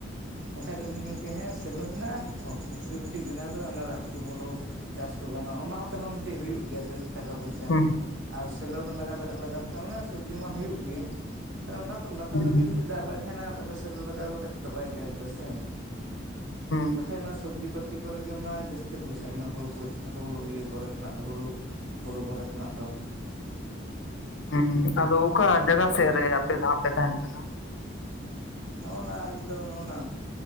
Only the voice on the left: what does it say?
ᱦᱩᱸ
ᱦᱩᱸ
ᱦᱩᱸ
ᱦᱮᱸ ᱟᱫᱚ ᱚᱠᱟ ᱡᱟᱭᱜᱟ ᱥᱮᱫ ᱨᱮ ᱟᱯᱮ ᱫᱚᱦᱟᱜ ᱯᱮ ᱛᱟᱦᱮᱱ ᱠᱟᱱᱟ?